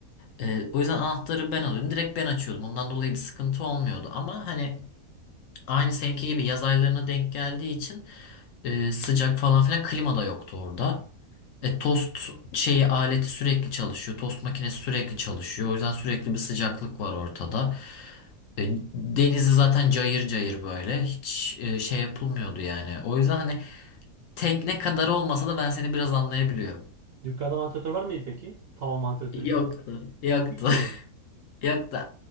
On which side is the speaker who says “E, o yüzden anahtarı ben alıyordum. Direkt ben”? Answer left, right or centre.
Left